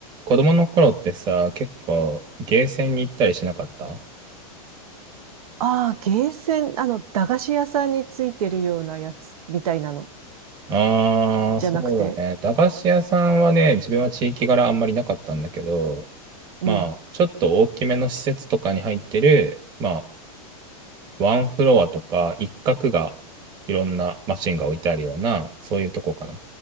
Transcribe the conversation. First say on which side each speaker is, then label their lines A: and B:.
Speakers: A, on the right; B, on the right.
A: 子供の頃ってさ、結構ゲーセンに行ったりしなかったあ
B: ああ、ゲーセン、あの、駄菓子屋さんについてるようなやつみたいなの
A: あー、
B: じゃなくて。
A: そうだね。駄菓子屋さんはね、自分は地域柄あんまりなかったんだけど、
B: うん。
A: まあ、ちょっと大きめの施設とかに入ってる、まあ、ワンフロアとか一角がいろんなマシンが置いてあるような、そういうとこかな。